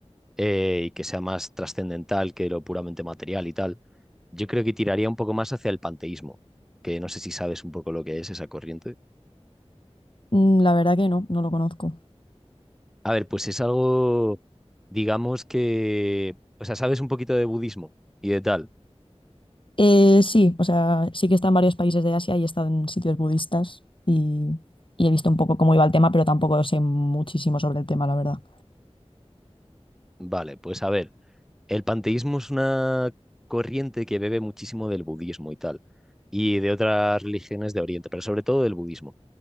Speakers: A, in the centre; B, on the left (about 50°).
A: eh, y que sea más trascendental que lo puramente material y tal, yo creo que tiraría un poco más hacia el panteísmo, que no sé si sabes un poco lo que es esa corriente.
B: Mm, la verdad que no, no lo conozco.
A: A ver, pues es algo, digamos que, o sea, sabes un poquito de budismo y de tal.
B: Eh, sí, o sea, sí que he estado en varios países de Asia y he estado en sitios budistas y, y he visto un poco cómo iba el tema, pero tampoco sé muchísimo sobre el tema, la verdad.
A: Vale, pues a ver, el panteísmo es una corriente que bebe muchísimo del budismo y tal, y de otras religiones de Oriente, pero sobre todo del budismo.